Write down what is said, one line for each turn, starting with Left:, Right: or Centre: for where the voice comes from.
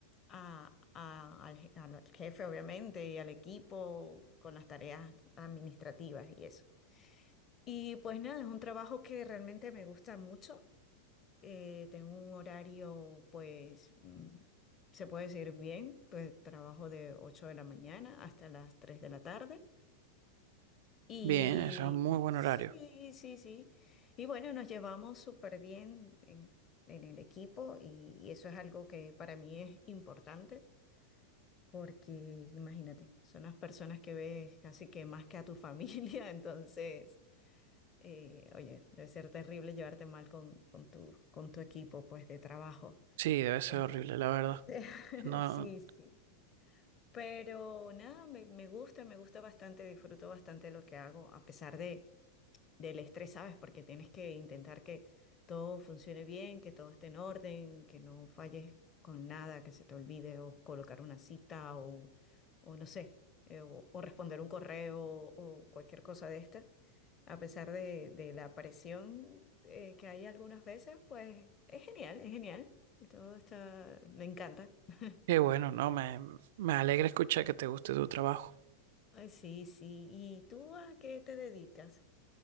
Left: a, a- al, je- al jefe, obviamente, y al equipo con las tareas administrativas y eso. Y pues nada, es un trabajo que realmente me gusta mucho. Eh, tengo un horario, pues, mm, se puede decir bien, pues trabajo de 8 de la mañana hasta las 3 de la tarde. Y
Right: Bien, eso es un muy buen
Left: sí,
Right: horario.
Left: sí, sí. Y bueno, nos llevamos súper bien en, en el equipo y, y eso es algo que para mí es importante porque imagínate, son las personas que ves casi que más que a tu familia, <laughs> entonces, eh, oye, debe ser terrible llevarte mal con, con tu, con tu equipo pues de trabajo.
Right: Sí, debe ser
Left: En-
Right: horrible, la verdad.
Left: <laughs>
Right: No,
Left: Sí, sí. Pero nada, me, me gusta, me gusta bastante, disfruto bastante lo que hago, a pesar de... del estrés, ¿sabes? Porque tienes que intentar que todo funcione bien, que todo esté en orden, que no falles con nada, que se te olvide o colocar una cita o, o no sé, eh, o, o responder un correo o cualquier cosa de esta. A pesar de, de la presión eh, que hay algunas veces, pues es genial, es genial. Y Todo está, me encanta. <laughs>
Right: qué bueno, no, me, me alegra escuchar que te guste tu trabajo.
Left: Ay, sí, sí. ¿Y tú a qué te dedicas?